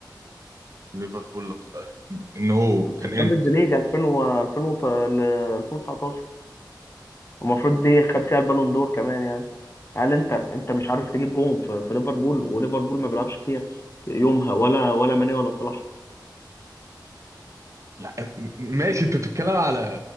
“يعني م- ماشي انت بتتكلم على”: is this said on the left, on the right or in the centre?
Right